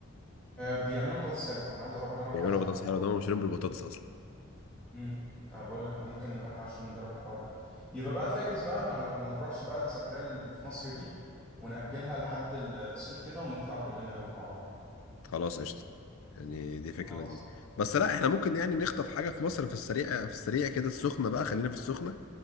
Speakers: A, in the centre; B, on the left.
A: آه بيعملوا بطاطس حلوه انا عايز اروح اجربها
B: بيعملوا
A: عشان
B: بطاطس
A: الحوار
B: حلوه ده مشهورين بالبطاطس اصلا
A: امم انا بقول لك ممكن نروح عشان نجرب الحوار ده يبقى بقى فاكس بقى ما, ما نروحش بقى السفريه اللي في مصر دي ونأجلها لحد الصيف كده ونطلع كلنا يوروب مع بعض
B: خلاص قشطة يعني دي فكرة
A: اه
B: لذيذة بس لا احنا ممكن يعني نخطف حاجة في مصر في السريع في السريع كده السخنة بقى خلينا في السخنة